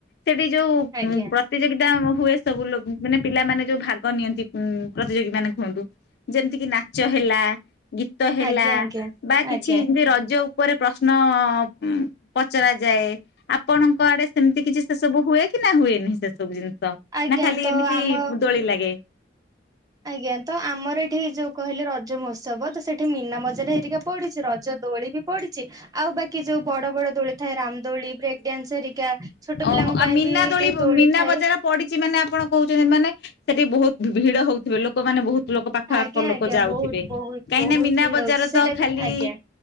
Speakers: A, on the left; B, on the right.
A: ସେଠି ଯୋଉ
B: ଆଜ୍ଞା
A: ପ୍ରତିଯୋଗିତା ହୁଏ ସବୁ ଲୋକ ମାନେ ପିଲାମାନେ ଯୋଉ ଭାଗ ନିଅନ୍ତି ଉ ପ୍ରତିଯୋଗୀ ମାନେ କୁହନ୍ତୁ ଯେମିତିକି ନାଚ ହେଲା ଗୀତ ହେଲା
B: ଆଜ୍ଞା ଆଜ୍ଞା
A: ବା
B: ଆଜ୍ଞା
A: କିଛି ଏମିତି ରଜ ଉ ଉପରେ ପ୍ରଶ୍ନ ଅ ହୁଁ ପଚରା ଯାଏ ଆପଣଙ୍କ ଆଡ଼େ ସେ ସେମିତି କିଛି ସେସବୁ ହୁଏ କି ନା ହୁଏନି ସେ ସବୁ ଜିନି
B: ଆଜ୍ଞା
A: ନା ଖାଲି
B: ତ
A: ଏମିତି
B: ଆମ
A: ଦୋଳି ଲାଗେ?
B: ଆଜ୍ଞା ତ ଆମର ଏଠି ଯୋଉ କହିଲେ ରଜ ମହୋତ୍ସବ ତ ସେଠି ମୀନା ବଜାର ହେରିକା ପଡିଛି ରଜ ଦୋଳି ବି ପଡିଛି ଆଉ ବାକି ଯୋଉ ବଡ ବଡ ଦୋଳି ଥାଏ ରାମଦୋଳି, ବ୍ରେକ୍ ଡାନ୍ସ ହେରିକା ଛୋଟ
A: ଓହୋ
B: ପିଲାଙ୍କ
A: ଆଉ
B: ପାଇଁ
A: ମିନାଦୋଳି
B: ବି ଯୋଉ
A: ଆଉ
B: ଦୋଳି
A: ମୀନା
B: ଥାଏ
A: ବଜାର ପଡିଛି ମାନେ ଆପଣ କହୁଛନ୍ତି ମାନେ ସେଠି ବହୁତ ଭିଡ ହଉଥିବେ ଲୋକମାନେେ ବହୁତ ଲୋକ ପାଖ
B: ଆଜ୍ଞା
A: ଆଖ ଲୋକ
B: ଆଜ୍ଞା
A: ଯାଉଥିବେ
B: ବହୁତ ବହୁତ
A: କାହିଁକିନା
B: ବହୁତ
A: ମୀନା
B: ଭିଡ
A: ବଜାର
B: ହଉଛି ସେଇଟା
A: ତ ଖାଲି
B: ବି ଆଜ୍ଞା